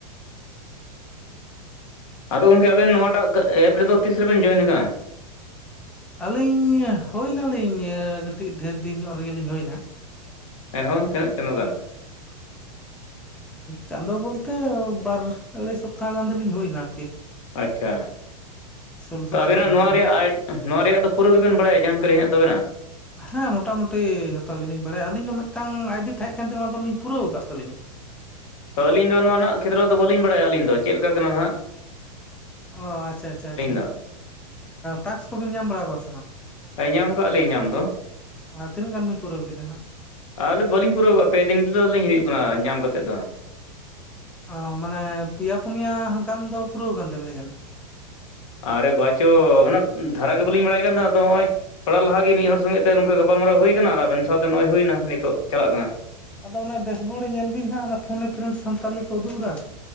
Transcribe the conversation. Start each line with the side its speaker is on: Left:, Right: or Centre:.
Left: ᱟᱫᱚ ᱜᱚᱝᱠᱮ ᱟᱵᱮᱱ ᱱᱚᱣᱟᱴᱟᱜ ᱮᱯ ᱨᱮᱫᱚ ᱛᱤᱥ ᱨᱮᱵᱮᱱ ᱡᱚᱭᱮᱱ ᱟᱠᱟᱱᱟ?
Centre: ᱟᱹᱞᱤᱧ ᱦᱩᱭ ᱱᱟᱞᱤᱧ ᱠᱟᱹᱴᱤᱡ ᱰᱷᱮᱨ ᱫᱤᱱ ᱧᱚᱜ ᱨᱮᱜᱮᱞᱤᱧ ᱦᱩᱭᱱᱟ
Left: ᱮᱱᱦᱚᱸ ᱛᱤᱱᱟᱹᱜ ᱪᱟᱸᱫᱳ ᱜᱟᱱ
Centre: ᱪᱟᱸᱫᱚ ᱵᱚᱞᱛᱮ ᱵᱟᱨ ᱟᱹᱲᱟᱹᱭ ᱥᱚᱯᱛᱟᱦᱚ ᱜᱟᱱ ᱫᱚᱞᱤᱧ ᱦᱩᱭᱱᱟ ᱟᱨᱠᱤ
Left: ᱟᱪᱪᱷᱟ
Centre: ᱥᱳᱞᱳ ᱥᱚᱛᱨᱚ
Left: ᱛᱚ ᱟᱵᱮᱱᱟᱜ
Centre: ᱫᱤᱱ
Left: ᱱᱚᱣᱟ
Centre: ᱟᱫᱚ
Left: ᱨᱮᱭᱟᱜ ᱱᱚᱣᱟ ᱨᱮᱭᱟᱜ ᱫᱚ ᱯᱩᱨᱟᱹ ᱜᱮᱵᱮᱱ ᱵᱟᱲᱟᱭᱟ ᱡᱟᱱᱠᱟᱨᱤ ᱦᱮᱱᱟᱜ ᱛᱟᱵᱮᱱᱟ?
Centre: ᱦᱮᱸ ᱢᱚᱴᱟᱢᱩᱴᱤ ᱡᱷᱚᱛᱚ ᱜᱮᱞᱤᱧ ᱵᱟᱲᱟᱭᱟ ᱟᱹᱞᱤᱧ ᱫᱚ ᱢᱤᱫᱴᱟᱝ ᱟᱭᱰᱤ ᱛᱟᱦᱮᱸ ᱠᱟᱱ ᱛᱤᱧᱟᱹ ᱱᱚᱱᱟ ᱫᱚᱞᱤᱧ ᱯᱩᱨᱟᱹᱣ ᱟᱠᱟᱫ ᱛᱟᱹᱞᱤᱧᱟ
Left: ᱟᱹᱞᱤᱧ ᱫᱚ ᱱᱚᱣᱟ ᱱᱟᱜ ᱠᱷᱮᱛᱨᱚ ᱫᱚ ᱵᱟᱹᱞᱤᱧ ᱵᱟᱲᱟᱭᱟ ᱟᱹᱞᱤᱧ ᱫᱚ ᱪᱮᱫ ᱞᱮᱠᱟ ᱠᱟᱱᱟ ᱦᱟᱜ
Centre: ᱚ ᱟᱪᱪᱷᱟ ᱟᱪᱪᱷᱟ ᱟᱪᱪᱷᱟ
Left: ᱫᱚ
Centre: ᱴᱟᱠᱥ ᱠᱚᱵᱮᱱ ᱧᱟᱢ ᱵᱟᱲᱟ ᱟᱠᱟᱫᱟ ᱥᱮ ᱵᱟᱝ?
Left: ᱦᱮᱸ ᱧᱟᱢ ᱠᱟᱜ ᱞᱤᱧ ᱧᱟᱢ ᱫᱚ
Centre: ᱟᱨ ᱛᱤᱱᱟᱹᱜ ᱜᱟᱱ ᱵᱤᱱ ᱯᱩᱨᱟᱹᱣ ᱠᱮᱫᱟ ᱱᱟᱦᱟᱜ?
Left: ᱟᱨ ᱵᱟᱹᱞᱤᱧ ᱯᱩᱨᱟᱹᱣ ᱠᱟᱫᱟ ᱯᱮ ᱫᱤᱱ ᱦᱤᱞᱚᱜ ᱞᱤᱧ ᱦᱩᱭᱩᱜ ᱠᱟᱱᱟ ᱧᱟᱢ ᱠᱟᱛᱮᱫ ᱫᱚ
Centre: ᱚ ᱢᱟᱱᱮ ᱯᱮᱭᱟ ᱯᱩᱱᱭᱟ ᱜᱟᱱ ᱫᱚ ᱯᱩᱨᱟᱹᱣ ᱠᱟᱱ ᱛᱟᱹᱵᱤᱱᱟ ᱡᱟᱹᱱᱤᱡ
Left: ᱟᱨᱮ ᱵᱟᱪᱚ ᱚᱱᱟ ᱫᱷᱟᱨᱟ ᱜᱮ ᱵᱟᱹᱞᱤᱧ ᱵᱟᱲᱟᱭ ᱠᱟᱱ ᱛᱟᱦᱮᱸ ᱟᱫᱚ ᱱᱚᱜᱼᱚᱭ ᱛᱷᱚᱲᱟ ᱞᱟᱦᱟ ᱜᱮ ᱢᱤᱫ ᱦᱚᱲ ᱥᱚᱸᱜᱮ ᱛᱮ ᱱᱚᱝᱠᱟ ᱜᱟᱯᱟᱞᱢᱟᱨᱟᱣ ᱦᱩᱭ ᱟᱠᱟᱱᱟ ᱟᱨ ᱟᱵᱮᱱ ᱥᱟᱶᱛᱮ ᱱᱚᱜᱚᱭ ᱦᱩᱭᱱᱟ ᱱᱤᱛᱚᱜ ᱪᱟᱞᱟᱜ ᱠᱟᱱᱟ
Centre: ᱟᱫᱚ ᱚᱱᱟ ᱰᱮᱥᱵᱳᱲ ᱨᱮ ᱧᱮᱞ ᱵᱤᱱ ᱦᱟᱸᱜ ᱚᱱᱟ ᱯᱷᱳᱱ ᱮ ᱯᱷᱨᱮᱱᱰ ᱥᱟᱱᱛᱟᱞᱤ ᱠᱚ ᱩᱫᱩᱜ ᱮᱫᱟ?